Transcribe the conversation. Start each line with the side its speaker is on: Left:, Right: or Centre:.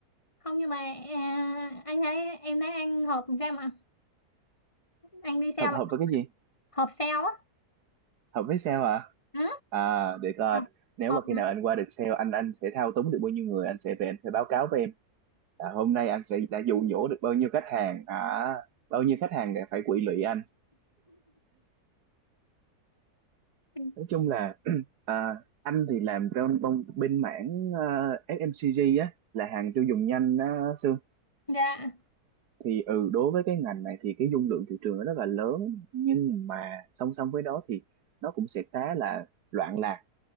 Left: không nhưng mà à, anh thấy em thấy anh hợp làm sao mà anh đi sale
Right: hợp
Left: là
Right: hợp với cái gì
Left: hợp sale á
Right: Học biết sale hả?
Left: ừ.
Right: À, để coi.
Left: hợp
Right: Nếu
Left: hợp
Right: mà khi nào anh qua được sale, anh anh sẽ thao túng được bao nhiêu người, anh sẽ về anh phải báo cáo với em. Là hôm nay anh sẽ đã dụ dỗ được bao nhiêu khách hàng, à, bao nhiêu khách hàng để phải quỵ lụy anh.
Left: <laughs>
Right: Nói chung là <clears throat> à, anh thì làm trong bên, bên mảng à, FMCG á, là hàng tiêu dùng nhanh á, Sương.
Left: dạ
Right: Thì ừ, đối với cái ngành này thì cái dung lượng thị trường nó rất là lớn, nhưng mà song song với đó thì nó cũng sẽ khá là loạn lạc